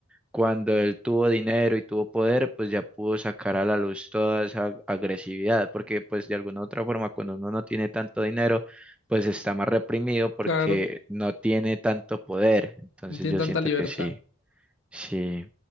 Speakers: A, in the centre; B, on the left.
A: cuando él tuvo dinero y tuvo poder, pues ya pudo sacar a la luz toda esa agresividad, porque pues de alguna u otra forma cuando uno no tiene tanto dinero, pues está más reprimido porque
B: Claro,
A: no tiene tanto poder, entonces
B: no tienen
A: yo
B: tanta
A: siento
B: libertad.
A: que sí. Sí,